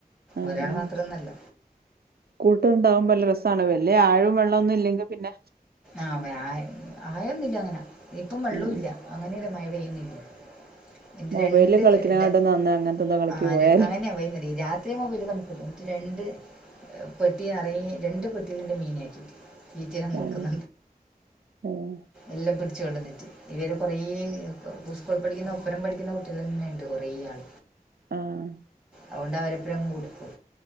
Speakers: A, on the right (about 85°); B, in the centre.
A: ആഹ് ആഹ്
B: ഒരാള് മാത്രംന്നല്ല
A: കൂട്ടുണ്ടാവുമ്പോ ല്ല രസാണ് വല്യ ആഴവും വെള്ളന്നും ഇല്ലെങ്കിൽ പിന്നെ
B: ആ ആയൊന്നില്ല അങ്ങനെ ഇപ്പം വെള്ളൂ
A: ഉം
B: ല്ല അങ്ങനെയല്ല മഴ പെയ്യുന്നില്ല എ
A: മൊബൈലിൽ
B: രണ്ട്
A: കളിക്കണകാട്ടും
B: വടം
A: നന്ന് അങ്ങനത്തെന്തോ കളിക്ക്
B: ആര്
A: പോയാല്
B: അങ്ങനെയ പോൈുന്ന രാത് പ്രത്രയയും മൊബൈൽ തണുപ്പില്ല രണ്ട് പെട്ടി ന്നറയെ രണ്ട് പെട്ടിയിലൻ്റെ മീന ആക്കിയിട്ട് തീറ്റീനും കൊടുക്കും
A: ഏഹ് ഏഹ്
B: എല്ലാം പിടിച്ച കൊണ്ട്ന്നട്ട് ഇതുവരെ കുറേ സ്കൂൾ പഠിക്കുന്ന ഒപ്പരം പഠിക്കുന്ന കുട്ടികൾ ന്നെ ഉണ്ട് കുറെേ ആൾ
A: ആഹ്
B: അതൊണ്ട് അവരെപ്പോഴുംങ് കൊടുക്കും